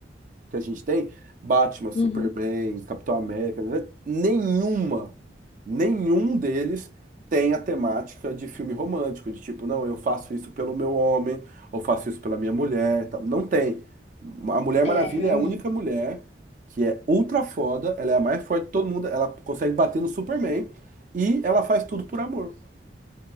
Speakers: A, on the right (about 45°); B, on the left (about 35°).
A: que a gente tem, Batman, Superman,
B: Uhum.
A: Capitão América, né? Nenhuma, nenhum deles tem a temática de filme romântico, de tipo, não, eu faço isso pelo meu homem, ou faço isso pela minha mulher, tal. Não tem. A Mulher
B: É,
A: Maravilha
B: realmente.
A: é a única mulher que é ultra foda, ela é a mais forte de todo mundo, ela consegue bater no Superman e ela faz tudo por amor,